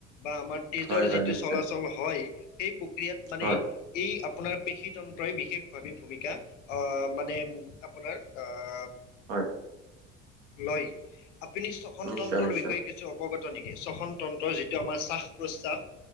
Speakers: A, on the left (about 80°); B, on the right (about 75°).
A: বা আমাৰ তেজৰ
B: হয় হয়
A: যিটো
B: নিশ্চয়
A: চলাচল হয় সেই প্ৰক্ৰিয়াত মানে
B: হয়
A: এই আপোনাৰ পেশী তন্ত্ৰই বিশেষভাৱে ভূমিকা অ মানে আপোনাৰ আহ
B: হয়।
A: লয়, আপুনি শ্বসনতন্ত্ৰৰ
B: নিশ্চয় নিশ্চয়
A: বিষয়ে কি ছু অৱগত নেকি? শ্বসনতন্ত্ৰৰ যিটো আমাৰ শ্বাস- প্ৰশ্বাস